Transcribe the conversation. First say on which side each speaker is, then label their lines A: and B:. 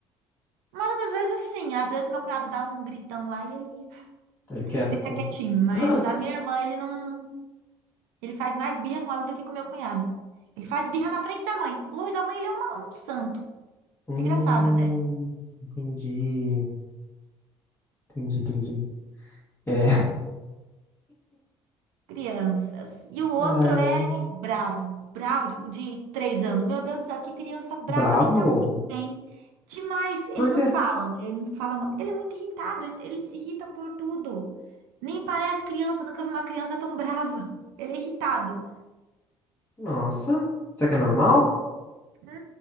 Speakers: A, on the right; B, on the left.
A: Uma hora das vezes, sim. Às vezes meu cunhado dá um gritão lá e ele,
B: Ele quer
A: ele fica
B: cu.
A: quietinho. Mas
B: <gasps>
A: a minha irmã, ele não. Ele faz mais birra com ela do que com meu cunhado. Ele faz birra na frente da mãe. Longe da mãe, ele é uma- um santo.
B: Hum,
A: É Engraçado.
B: entendi, entendi, entendi. É,
A: crianças. E o outro
B: <laughs> é,
A: é bravo, bravo, o de três anos. Meu Deus do céu, que criança brava,
B: bravo?
A: nem tá muito bem. Demais, ele
B: Por
A: não
B: quê?
A: fala, né? Ele não fala muito. Ele é muito irritado, ele se irrita por tudo. Nem parece criança, nunca vi uma criança tão brava. Ele é irritado.
B: Nossa, será que é normal?
A: Não